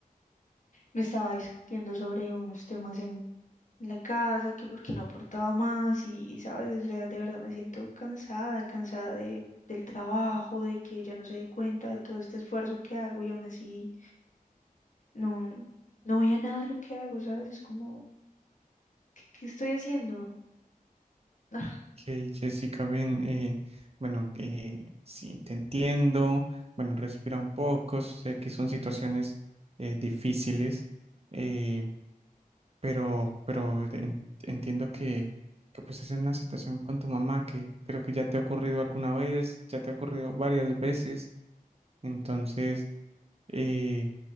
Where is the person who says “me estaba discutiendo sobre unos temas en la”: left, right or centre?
Left